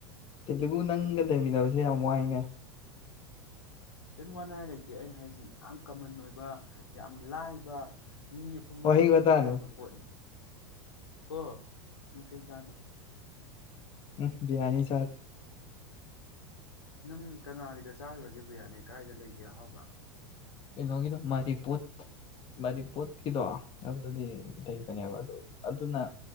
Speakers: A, on the left (about 40°); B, on the left (about 80°).
A: ꯀꯦꯗꯤꯕꯨ ꯅꯪ ꯂꯩꯃꯤꯟꯅꯕꯁꯦ ꯌꯥꯝ ꯋꯥꯏꯅꯦ
B: ꯀꯦꯝ ꯋꯥꯅꯤꯡꯉꯥꯏ ꯂꯩꯇꯦ ꯑꯩꯅ ꯍꯥꯏꯁꯤ ꯌꯥꯝ ꯀꯃꯟ ꯑꯣꯏꯕ ꯌꯥꯝ ꯂꯥꯏꯕ ꯃꯤ ꯑꯄꯨꯝꯕꯅ
A: ꯋꯥꯍꯩ
B: ꯈꯪꯕ
A: ꯋꯥꯇꯥꯅꯤ
B: ꯌꯥꯕ ꯄꯣꯠꯅꯤ ꯀꯣ ꯅꯪ ꯆꯩ ꯆꯥꯅꯤ
A: ꯑꯝ ꯕꯔꯤꯌꯥꯅꯤ
B: ꯌꯥꯅꯤ ꯆꯠꯁꯤ ꯅꯪ ꯀꯅꯥꯒꯤꯗ ꯆꯥꯔꯨꯔꯒꯦ ꯕꯤ꯭ꯔꯌꯥꯅꯤ ꯀꯥꯏꯗ ꯂꯩꯒꯦ ꯑꯍꯥꯎꯕ
A: ꯀꯩꯅꯣꯒꯤꯗꯣ ꯃꯥꯏ ꯔꯤꯄꯣꯠ ꯃꯥꯗꯤ ꯄꯣꯠꯀꯤꯗꯣ ꯑꯗꯨꯗꯗꯤ ꯂꯩꯕꯅꯦꯕ ꯑꯗꯨ ꯑꯗꯨꯅ